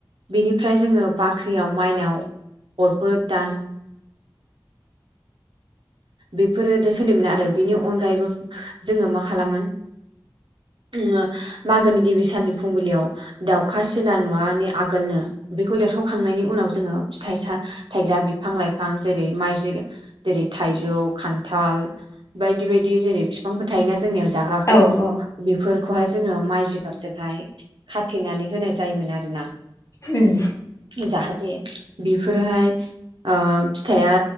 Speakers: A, on the right; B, on the left.
A: बेनिफ्राय जोङो बाख्रियाव मा माइनाव अरफोर दान बेफोरो दा सोलिमोन आरो बिनि अनगायैबो जोङो मा खालामो <unintelligible> मागोनि गिबि साननि फुंबिलियाव दाउखा सिला नुवानि आगोलनो बेखौ बेेर'खांनायनि उनाव जोङो फिथाइ थाइग्रा बिफां लाइफां जेरै माइज जेरै थाइजौ खान्थाल बायदि बायदि जेरै बिफांफोर थायोना जोंनियाव जाग्राफोर
B: औ उम
A: बेफोर खौहाय जोङो माइ जिगाबजोंहाय खाथेनानै होनाय जायोमोन आरोना
B: उम
A: जाहाथे बेफोरहाय ओ फिथाइया